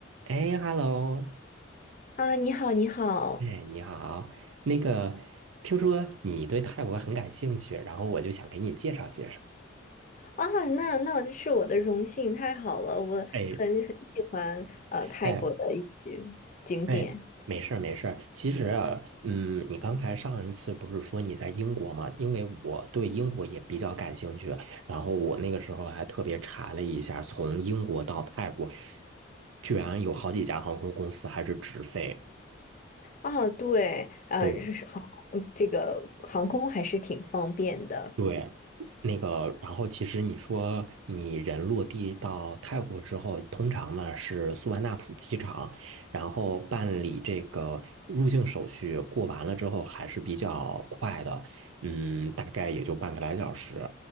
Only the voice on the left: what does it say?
啊，你好，你好
啊，那那这是我的荣幸，太好了，我很很喜欢呃泰国的一些景点
啊，对，呃，
是航嗯这个航空还是挺方便的，